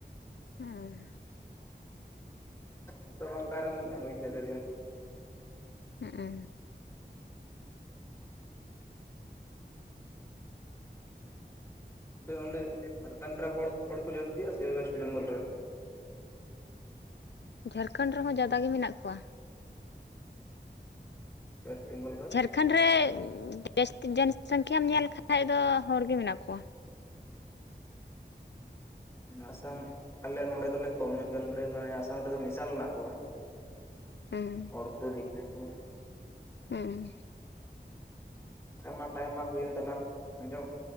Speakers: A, on the left; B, on the left.
A: ᱦᱩᱸ
B: ᱱᱤᱛᱚᱜ ᱵᱟᱝ ᱚᱠᱟᱨᱮ ᱢᱮᱱᱮᱫ ᱵᱟᱹᱧ ᱞᱟᱹᱭ ᱫᱟᱲᱮᱭᱟᱜᱼᱟ
A: ᱦᱩ
B: ᱟᱯᱮ ᱚᱸᱰᱮ ᱡᱷᱟᱲᱠᱷᱚᱸᱰ ᱨᱮ ᱦᱚᱲ ᱦᱚᱲ ᱠᱚ ᱡᱟᱹᱥᱛᱤᱜᱼᱟ ᱥᱮ ᱚᱭᱮᱥᱴ ᱵᱮᱝᱜᱚᱞ ᱨᱮ
A: ᱡᱷᱟᱲᱠᱷᱚᱸᱰ ᱨᱮᱦᱚᱸ ᱡᱟᱫᱟ ᱜᱮ ᱢᱮᱱᱟᱜ ᱠᱚᱣᱟ
B: ᱚᱭᱮᱥᱴ ᱵᱮᱝᱜᱚᱞ ᱫᱚ
A: ᱮᱠᱷᱟᱱᱰ ᱨᱮ ᱡᱟᱹᱥᱛᱤ ᱡᱚᱱ ᱥᱚᱝᱠᱷᱭᱟᱢ ᱧᱮᱞ ᱠᱷᱟᱱ ᱫᱚ ᱦᱚᱲ ᱜᱮ ᱢᱮᱱᱟᱜ ᱠᱚᱣᱟ
B: ᱟᱥᱟᱢ ᱟᱞᱮ ᱱᱚᱰᱮ ᱫᱚᱞᱮ ᱠᱚᱢ ᱧᱚᱜ ᱜᱮᱭᱟ ᱱᱚᱰᱮ ᱢᱟᱱᱮ ᱟᱥᱟᱢ ᱨᱮᱫᱚ ᱢᱮᱥᱟᱞ ᱦᱮᱱᱟᱜ ᱠᱚᱣᱟ
A: ᱦᱮᱸ
B: ᱦᱚᱲ ᱠᱚ ᱫᱤᱠᱩ ᱠᱚ
A: ᱦᱩᱸ
B: ᱟᱪᱪᱷᱟ ᱢᱟ ᱴᱟᱭᱤᱢ ᱢᱟ ᱦᱩᱭᱮᱱ ᱛᱟᱞᱟᱝ ᱟᱸᱡᱚᱢ